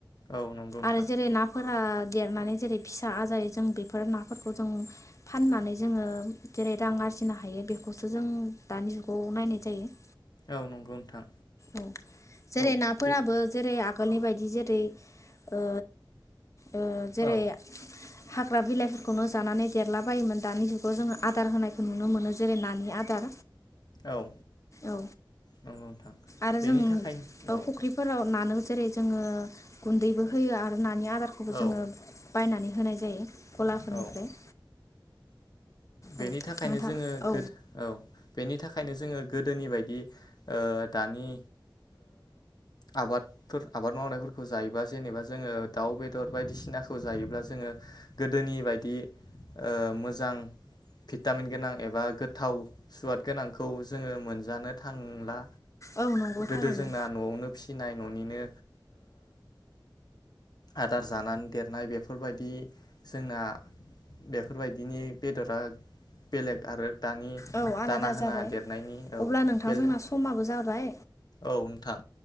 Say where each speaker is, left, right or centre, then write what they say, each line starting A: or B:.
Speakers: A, on the left; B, on the left.
A: औ नंगौ नोंथां
B: आरो जेरै नाफोरा देरनानै जेरै फिसा आजायो जों बेफोर नाफोरखौ जों फाननानै जोङो जेरै रां आरजिनो हायो बेखौसो जों दानि जुगाव नायनाय जायो
A: औ नंगौ नोंथां
B: औ जेरै
A: औ
B: नाफोराबो
A: बे
B: जेरै आगोलनि बायदि जेरै दिओ ओ जेरै
A: औ
B: हाग्रा बिलाइफोरखौनो जानानै देरला बायोमोन दानि जुगाव जोङो आदार होनायखौ नुनो मोनो जेरै नानि आदार
A: औ
B: औ
A: नंगौ नोंथां
B: आरो
A: बेनि
B: जों
A: थाखायनो
B: फुख्रिफोराव नानो हो <unintelligible> जोङो गुन्दैबो होयो आरो नानि आदारखौबो
A: औ
B: जोङो बायनानै होनाय जायो गलाफोरनिफ्राय
A: औ औ बेनि
B: औ
A: थाखायनो
B: नोंथां
A: जोङो
B: औ
A: गोद औ बेनि थाखाय बेनि थाखायनो जोङो गोदोनि बायदि दानि आबादफोर आबाद मावनायफोरखौ जायोबा जेनेबा जोङो दाउ बेदर बायदिसिनाखौ जायोब्ला जोङो गोदोनि बायदि मोजां भिटामिन गोनां एबा गोथाव सुवाद गोनांखौ जोङो मोनजानो थांला
B: औ नंगौ
A: गोदो
B: थारैनो
A: जोंना न'आवनो फिसिनाय न'निनो आदार जानानै देरनाय बेफोरबायदि जोंना बेफोरबायदिनि बेदरा बेलेग आरो दानि
B: औ आलादा
A: दाना होना
B: जाबाय
A: देरनायनि औ
B: अब्ला नोंथांजोंना
A: बेलेग
B: समाबो जाबाय
A: औ नोंथां